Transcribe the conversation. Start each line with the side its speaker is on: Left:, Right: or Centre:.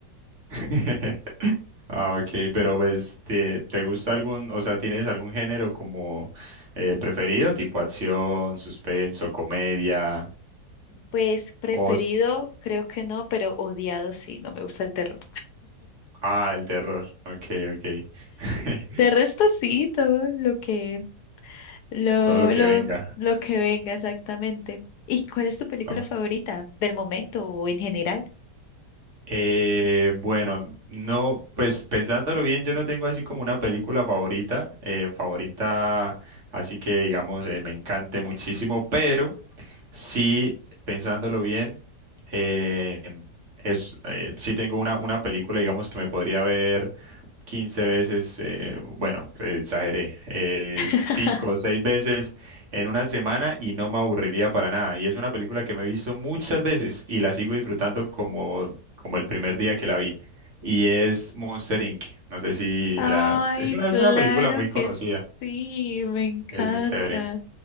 Right: <laughs> Ah, ok, pero pues, ¿te, te gusta algún, o sea, tienes algún género como eh, preferido, tipo acción, suspenso, comedia,
Left: Pues preferido,
Right: os...
Left: creo que no, pero odiado sí, no me gusta el terror.
Right: Ah, el terror. Ok, ok. <laughs>
Left: De resto sí, todo lo que, lo,
Right: todo lo que
Left: lo,
Right: venga.
Left: lo que venga exactamente. ¿Y cuál es tu película
Right: ¿no?
Left: favorita del momento o en general?
Right: Eh, bueno, no, pues pensándolo bien, yo no tengo así como una película favorita, eh, favorita, así que digamos, eh, me encante muchísimo, pero sí, pensándolo bien, eh, es, eh, sí tengo una, una película, digamos, que me podría ver. quince veces, eh, bueno, exageré, eh,
Left: <laughs>
Right: 5 o 6 veces en una semana y no me aburriría para nada. Y es una película que me he visto muchas veces y la sigo disfrutando como, como el primer día que la vi. Y es Monster Inc. No sé si
Left: Ay,
Right: la... Es una,
Left: claro
Right: es una película muy
Left: que
Right: conocida,
Left: sí, me encanta,
Right: es muy chévere,